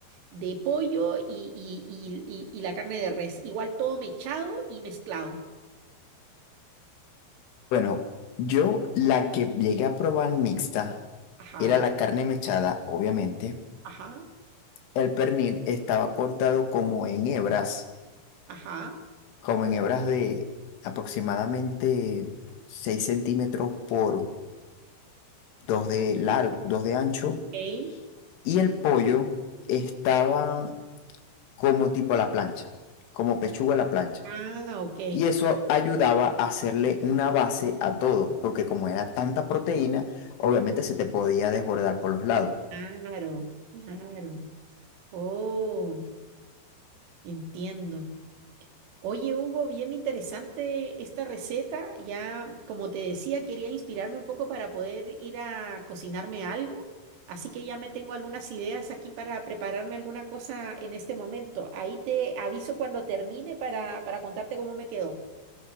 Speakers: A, on the right; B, on the left.
A: de pollo y, y, y, y- y la carne de res. Igual todo mechado y mezclado.
B: Bueno, yo la que llegué a probar mixta
A: Ajá,
B: era la carne mechada, obviamente.
A: ajá,
B: El pernil estaba cortado como en hebras,
A: ajá.
B: como en hebras de aproximadamente 6 centímetros por 2 de largo, dos de ancho
A: Ok.
B: Y el pollo estaba como tipo a la plancha, como pechuga a la plancha.
A: Ah, ok.
B: Y eso ayudaba a hacerle una base a todo, porque como era tanta proteína, obviamente se te podía desbordar por los lados.
A: Claro, claro. Oh, entiendo. Oye, Hugo, bien interesante esta receta. Ya, como te decía, quería inspirarme un poco para poder ir a cocinarme algo. Así que ya me tengo algunas ideas aquí para prepararme alguna cosa en este momento. Ahí te aviso cuando termine para, para contarte cómo me quedó.